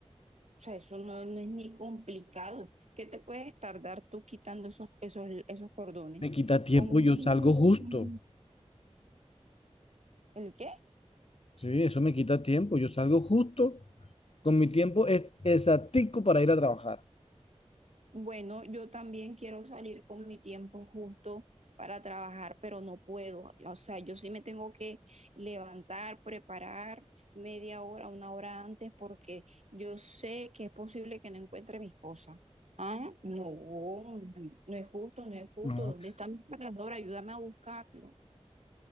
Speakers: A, on the right (about 70°); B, on the left (about 55°).
A: O sea, eso no, no es ni complicado. ¿Qué te puedes tardar tú quitando esos, esos, esos cordones?
B: me quita tiempo
A: Como unos
B: y yo salgo
A: minutos,
B: justo.
A: como ¿El qué?
B: Sí, eso me quita tiempo. Yo salgo justo con mi tiempo es exactico para ir a trabajar.
A: Bueno, yo también quiero salir con mi tiempo justo para trabajar, pero no puedo. O sea, yo sí me tengo que levantar, preparar media hora, una hora antes, porque yo sé que es posible que no encuentre mis cosas. Ah, no, no es justo, no es justo.
B: No.
A: ¿Dónde está mi cargador? Ayúdame a buscarlo.